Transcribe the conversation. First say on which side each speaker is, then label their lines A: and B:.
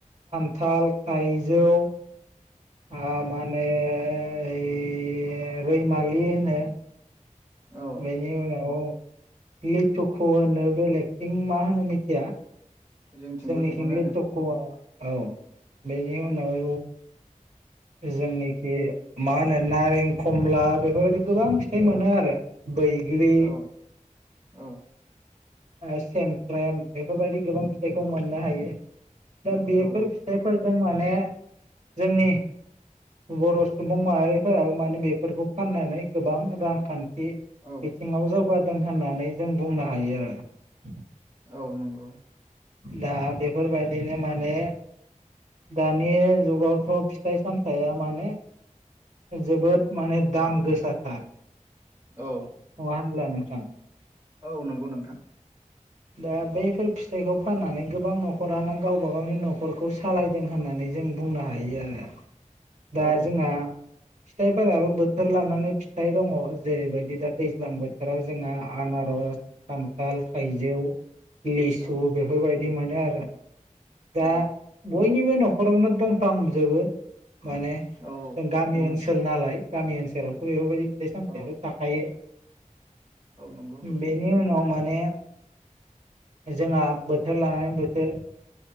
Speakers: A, on the right (about 60°); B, on the right (about 25°).
A: खानथाल थाइजौ ओ मा होनो ओइ रैमालि होनो
B: औ औ
A: बेनि उनाव लिथुखु होनो बेलेगथिं मा होनो मिथिया
B: जोंथिंबो
A: जोंनिथिं
B: बेखौनो होनो
A: लिथुखु बुङो औ बेनि उनाव जोंनिखि मा होनो नारें खमला बेफोरबायदि गोबां फिथाइ
B: औ
A: मोनो आरो बैग्रि
B: औ औ
A: सेमफ्रेम बेफोरबायदि गोबां फिथाइखौ मोननो हायो दा बेफोर
B: औ
A: फिथाइफोरजों माने जोंनि बर' सुबुं माहारिफोराबो माने बेफोरखौ फाननानै गोबां रांखान्थि
B: औ औ
A: बिथिङाव जौगादों होननानै जों बुंनो हायो आरो
B: औ नंगौ
A: दा बेफोरबायदिनो माने दानि जुगावथ' फिथाइ सामथाइया माने जोबोद माने दाम गोसाथार
B: औ
A: नङा नोंथां
B: औ नंगौ नोंथां
A: दा बैफोर फिथाइखौ फाननानै गोबां नखरानो गावबा गावनि नखरखौ सालायदों होननानै जों बुंनो हायो आरो दा
B: औ
A: जोंहा फिथाइफोराबो बोथोर लानानै फिथाइ दङ जेरैबायदि दा दैज्लां बोथोराव जोंहा आना रज खान्थाल
B: औ
A: थाइजौ लिसु
B: औ
A: बेफोरबायदि मोनो आरो। दा
B: औ
A: बयनिबो न'खरावनो दंफांजोबो माने।
B: औ
A: जों गामि ओनसोल नालाय गामि ओनसोलावथ' बेफोरबायदि फिथाइ सामथायाइाथ'
B: औ
A: थाखायो।
B: औ नंगौ
A: बेनि उनाव माने जोंहा बोथोर लानानै बोथोर